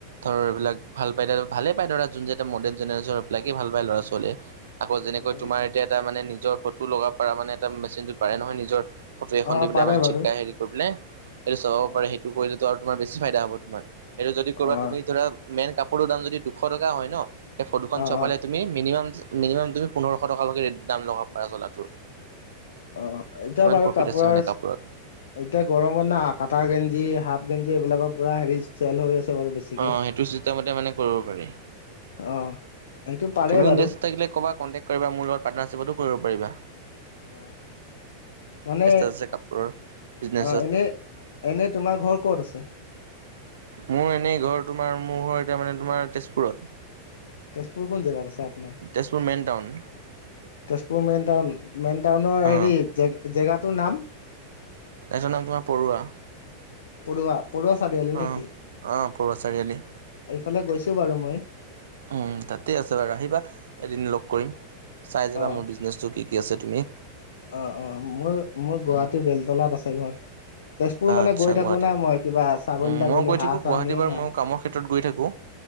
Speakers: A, on the right; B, on the left.
A: ধৰ এইবিলাক ভাল পাই ভালে পায় লৰা যোন যে এ মডাৰ্ণ জেনেৰেশ্যন এইবিলাকে ভাল পায় লৰা চোৱলে আকৌ
B: উম,
A: যেনেকৈ
B: আজি
A: তোমাৰ এতিয়া এটা মানে নিজৰ ফটো লগাব পাৰ মানে এটা মেচিনটো পাৰে নহয় নিজৰ ফটো এখন
B: অ',
A: দি পেলাই
B: পাৰে
A: মানে
B: বাৰু
A: জীপকাাই হেৰি কৰি পেলাই সেইটো চলাব
B: অ',
A: পাৰে সেইটো কৰিলে আৰু তোমাৰ বেছি ফাইদা হব তোমাৰ এইটো যদি কবা
B: অ',
A: তুমি ধৰা মেইন কাপোৰৰ দাম যদি দুশ টকা হয় ন সেই ফটোখন
B: অ',
A: চপালে
B: অ',
A: তুমি মিনিমাম মিনিমাম তুমি পোন্ধৰশ টকৈকেৰেট দ ল'ব পাৰা চলাটো
B: অ' এতিয়া বাৰু
A: প্ৰফিট
B: কাপোৰৰ
A: আছে মানে কাপোৰত।
B: এতিয়া গৰমত না কাটা গেঞ্জি হাফ গেঞজি এইবিলাকৰ পুৰা হেৰি চেল হৈ আছে বাৰু বেছিকে
A: অ' সেইটো চিষ্টেমতে মানে কৰিব পাৰি।
B: অ সেইটো পাৰে
A: তুমি ইণ্টাৰেষ্টটো
B: বাৰু
A: থাকিলে ক'বাত কণ্টেক্ট কৰিবা মোৰ লগত পাৰ্নাৰশ্বিপতো কৰিব পাৰা
B: অঁ মানে
A: আছে কাপোৰৰ বিজনেছত
B: অ এনে এনে তোমাৰ ঘৰ ক'ত আছে
A: মোৰ এনেই ঘৰ তোমাৰ মোৰ ঘ এতিয়া মানে তোমাৰ তেজপুৰত
B: তেজপুৰ কোন জগাত আছেপোনাৰ
A: Tezpur main town
B: Tezpur main town main টাউনৰ হেৰি
A: অঁ
B: জ জেগাটোৰ নাম
A: এজৰ নাম তোমাৰ পৰুৱা
B: পৰুৱা পৰুৱা চাৰিআল নেকি
A: অঁ অঁ পৰুৱা চাৰিআলি
B: এইফালে গৈছো বাৰু মই
A: উম তাতে আছে বাৰু আহিবা এদিন লগ কৰিম চাই যাবা
B: অ
A: মোৰ বিজনেচটো কি কি আছে তুমি
B: অ অ মোৰ মোৰ
A: উম,
B: গুৱাহাটীৰ বেলতলাত আছে ঘৰ তেজপুৰ
A: আচ্ছা
B: মানে গৈ থাকো
A: গুৱাহাটী
B: না মই কিবা ছাগলী
A: উম,
B: তাগলী
A: মই গৈ থাকোঁ
B: হাঁহ চাঁ
A: গুৱাহাটী
B: নিয়ে
A: বাৰু
B: নাই
A: ময়ো কামৰ ক্ষেত্ৰত গৈ থাকোঁ